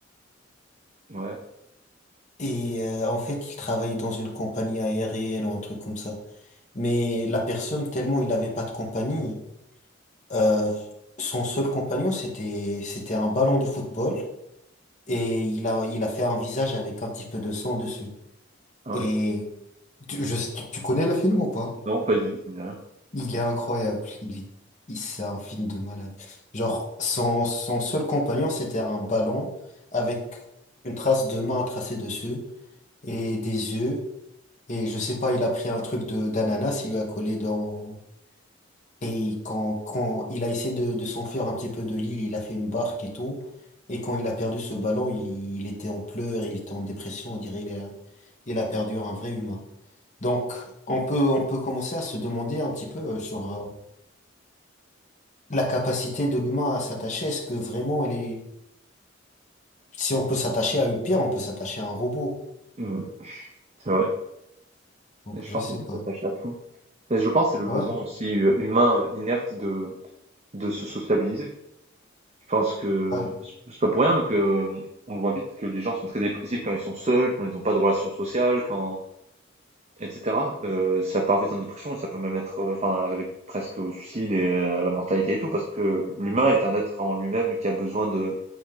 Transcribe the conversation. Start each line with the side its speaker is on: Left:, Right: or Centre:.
Right: Ouais.
Left: et euh, en fait, il travaille dans une compagnie aérienne ou un truc comme ça. Mais la personne, tellement il n'avait pas de compagnie, euh, son seul compagnon, c'était, c'était un ballon de football et il a, il a fait un visage avec un petit peu de sang dessus.
Right: Ah
Left: Et
Right: Ouais.
Left: tu, je- tu tu connais le film ou pas?
Right: Non, pas du tout, ça me dit rien.
Left: Il est incroyable. Il est, il- c'est un film de malade. Genre, son, son seul compagnon, c'était un ballon avec une trace de main tracée dessus et des yeux. Et je sais pas, il a pris un truc de d'ananas, il lui a collé dans Et il- quand, quand il a essayé de, de s'enfuir un petit peu de l'île, il a fait une barque et tout. Et quand il a perdu ce ballon, il, il était en pleurs, il était en dépression, on dirait il a, il a perdu un vrai humain. Donc, on peut, on peut commencer à se demander un petit peu euh, sur euh, la capacité de l'humain à s'attacher. Est-ce que vraiment elle est... Si on peut s'attacher à une pierre, on peut s'attacher à un robot.
Right: Ouais, c'est vrai.
Left: Donc,
Right: Et je
Left: je
Right: pense
Left: sais
Right: qu'on peut
Left: pas.
Right: s'attacher à tout. Mais je pense que c'est le
Left: Ouais,
Right: besoin aussi euh, humain inerte de, de se sociabiliser. Je pense que
Left: ouais.
Right: c'est pas pour rien que euh, on voit vite que les gens sont très dépressifs quand ils sont seuls, quand ils n'ont pas de relations sociales, quand etc. Euh, ça part vite en dépression et ça peut même être euh, enfin arriver presque au suicide et à la mortalité et tout parce que l'humain est un être en lui-même qui a besoin de